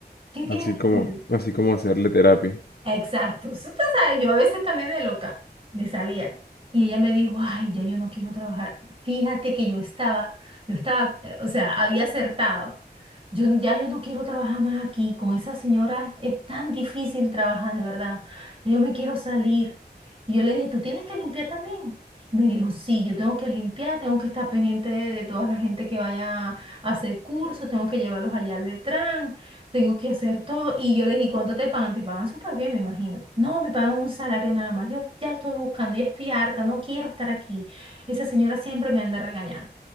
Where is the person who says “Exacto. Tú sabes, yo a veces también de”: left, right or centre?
Right